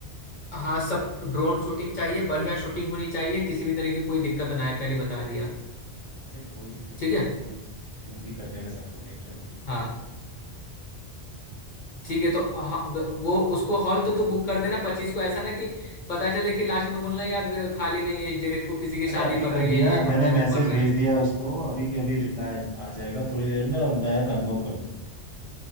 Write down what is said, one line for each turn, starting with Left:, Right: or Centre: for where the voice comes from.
Left: हाँ सब ड्रोन शूटिंग चाहिए बढ़िया शूटिंग होनी चाहिए किसी भी तरह की कोई दिक्कत ना आए पहले बता दिया
Right: अरे कोई दिक्कत
Left: ठीक
Right: नहीं
Left: है
Right: होगी वो शूट ही कर देंगे सबको टेंशन मत लो
Left: हाँ ठीक है तो ह- वो उसको हॉल तो तू बुक कर देना पच्चीस को ऐसा ना कि पता चले कि लास्ट में बोलना यार खाली नहीं है इस डेट को किसी की
Right: अरे
Left: शादी
Right: अभी
Left: पड़
Right: कर
Left: रही
Right: दिया
Left: है ये
Right: मैंने
Left: पड़ रहा है
Right: मैसेज
Left: वो पड़ रहा
Right: भेज
Left: है
Right: दिया उसको अभी के अभी रिप्लाई आ आ जाएगा थोड़ी देर में और मैं कंफर्म कर दूंगा